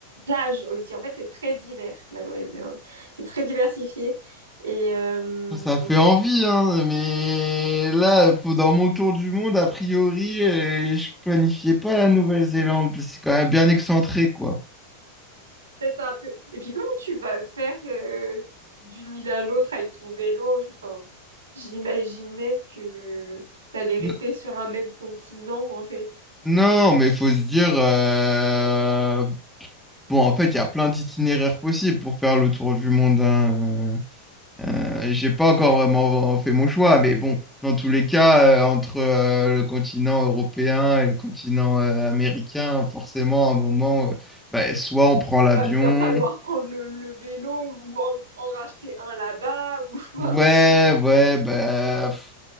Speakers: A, on the right; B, in the centre.
A: plages aussi. En fait, c'est très divers, la Nouvelle-Zélande. C'est très diversifié et euh,
B: Ça fait envie, hein, mais là, pour- dans mon tour du monde, a priori, euh, je planifiais pas la Nouvelle-Zélande, parce que c'est quand même bien excentré, quoi.
A: peut-être un peu. Et puis, comment tu vas faire euh, d'une île à l'autre avec ton vélo? Je- Enfin, j'imaginais que t'allais rester
B: N-
A: sur un même continent, en fait.
B: non, mais faut se dire, euh, bon, en fait, il y a plein d'itinéraires possibles pour faire le tour du monde, hein, euh. Euh, j'ai pas encore vraiment fait mon choix, mais bon, dans tous les cas, euh, entre euh, le continent européen et le continent euh, américain, forcément, à un moment, euh, bah, soit on prend l'avion.
A: Va bien falloir prendre le, le vélo ou en, en racheter un là-bas. Ou, <laughs> enfin,
B: Ouais, ouais, bah, pff,